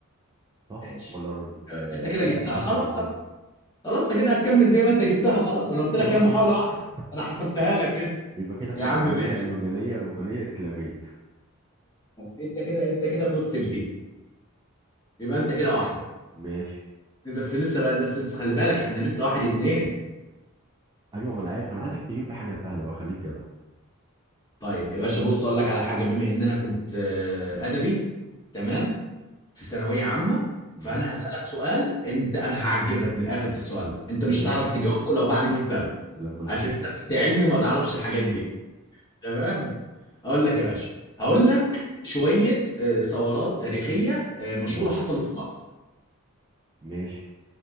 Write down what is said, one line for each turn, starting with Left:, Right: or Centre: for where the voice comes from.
Right: صح
Left: ماشي
Right: ولا ال-
Left: تمام
Right: آه،
Left: انت كده
Right: لا
Left: جبتها
Right: دي كانت
Left: خلاص
Right: الرومان
Left: خلاص خلاص انت كده هتكمل فيها ما انت جبتها خلاص ما انا قلت لك
Right: خلاص
Left: هي محاولة
Right: قشطة
Left: واحدة انا حسبتها لك كده
Right: <laughs> يبقى كده فرعونية
Left: يا عم ماشي
Right: يونانية رومانية إسلامية
Left: انت كده انت كده فزت في دي يبقى انت كده واحدة
Right: ماشي
Left: بس لسه بقى لسه لسه خلي بالك احنا لسه واحد اتنين
Right: أيوة ما أنا عارف أنا عايزك تجيب لي حاجة سهلة بقى خليك جدع
Left: طيب يا باشا بص اقول لك على حاجة بما ان انا كنت آه، ادبي تمام في ثانوية عامة
Right: مم.
Left: فانا هسألك سؤال انت انا هعجزك من الاخر في السؤال ده انت مش
Right: ماشي
Left: هتعرف تجاوبه لو بعد 100 سنة
Right: لما نشوف
Left: عشان انت كنت علمي وما تعرفش الحاجات دي تمام اقول لك يا باشا هقول لك شويه آه، ثورات تاريخيه آه، مشهوره
Right: مم.
Left: حصلت في مصر
Right: ماشي